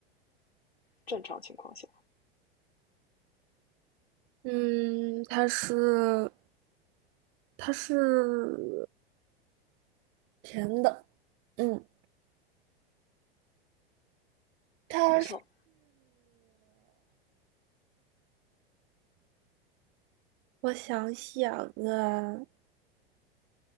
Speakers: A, on the left; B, on the right.
A: 正常情况下，
B: 嗯，它是它是甜的。嗯，它是。
A: 没错，
B: 我想想啊，